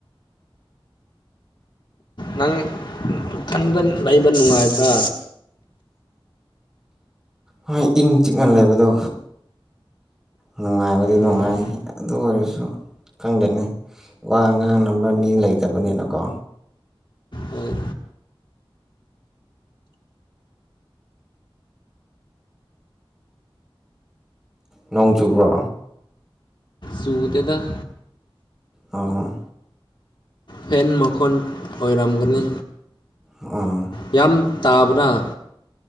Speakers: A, on the left; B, in the centre.
A: ꯅꯪ ꯅꯊꯟꯕ ꯂꯩꯕ ꯅꯨꯡꯉꯥꯏꯕ꯭ꯔꯥ
B: ꯍꯣꯏ ꯏꯪ ꯆꯤꯛꯅ ꯂꯩꯕꯗꯣ ꯅꯨꯡꯉꯥꯏꯕꯗꯤ ꯅꯨꯡꯉꯥꯏ
A: ꯑꯣ ꯑꯣ
B: ꯑꯗꯨ ꯑꯣꯏꯔꯁꯨ ꯈꯪꯗꯦꯅꯦ ꯋꯥ ꯉꯥꯡꯅꯕ ꯃꯤ ꯂꯩꯇꯕꯅꯤꯅꯀꯣ
A: ꯍꯣꯏ
B: ꯅꯣꯡ ꯆꯨꯕ꯭ꯔꯣ
A: ꯆꯨꯗꯦꯗꯥ
B: ꯑꫭ
A: ꯐꯦꯟ ꯃꯥꯈꯣꯟ ꯑꯣꯏꯔꯝꯒꯅꯤ
B: ꯑꯣ
A: ꯌꯥꯝ ꯇꯥꯕ꯭ꯔꯥ